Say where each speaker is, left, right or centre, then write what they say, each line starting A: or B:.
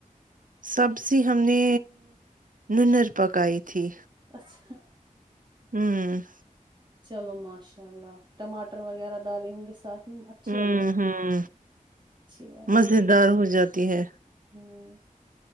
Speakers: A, on the right; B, on the right.
A: سبزی ہم نے ننر پکائی تھی
B: اچھا
A: ہوں
B: چلو ماشاء اللہ ٹماٹر وغیرہ ڈالے ہوں گے ساتھ میں اچھی
A: ہوں
B: ہو جاتی
A: ہوں
B: اچھی بات
A: مزیدار
B: ہے
A: ہو جاتی ہے
B: ہوں